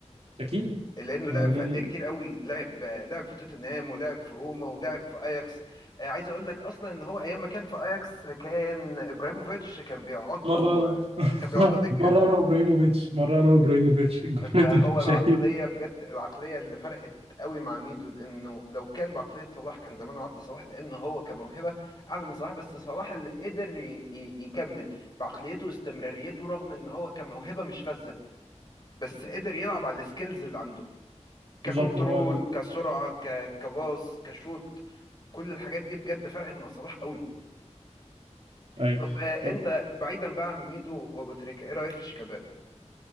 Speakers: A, on the right (about 55°); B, on the left (about 35°).
A: أكيد
B: لانه
A: ما
B: لعب
A: هو مي...
B: في انديه
A: مي...
B: كتير قوي لعب آه، لعب في توتنهام ولعب في روما ولعب في اياكس آه، عايز اقول لك اصلا ان هو ايام ما كان في اياكس كان ابراهيموفيتش كان بيقعد له
A: مرة
B: كان بيقعد
A: أنا
B: له دكه
A: <laughs> مرة أنا وإبراهيموفيتش مرة أنا وإبراهيموفيتش جملته
B: فهو
A: المشاهير
B: العقلية بجد العقلية اللي فرقت قوي مع ميدو لأنه لو كان بعقلية صلاح كان زمانه عدى صلاح لأنه هو كموهبة أعلى من صلاح بس صلاح اللي قدر ي- ي- يكمل بعقليته واستمراريته رغم إن هو كموهبة مش فذة بس قدر يلعب على السكيلز اللي عنده ككنترول
A: بالظبط هو ال...
B: كسرعة ك- كباص كشوت كل الحاجات دي بجد فرقت مع صلاح قوي
A: أيوه
B: طب آه،
A: طب
B: أنت بعيدا بقى عن ميدو وأبو تريكة إيه رأيك في شيكابالا